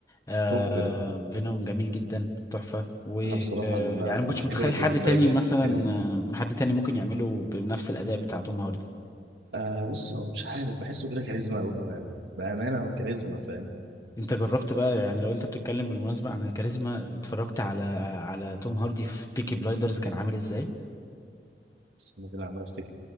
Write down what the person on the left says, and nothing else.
آه،
فينوم جميل جدا تحفة ويعني
ما كنتش متخيل
حد تاني
مثلا
آه، حد تاني ممكن يعمله بنفس الأداء بتاع توم هاردي
انت جربت بقى يعني لو انت بتتكلم بالمناسبة عن الكاريزما اتفرجت على على توم هاردي في بيكي بلايندرز كان عامل ازاي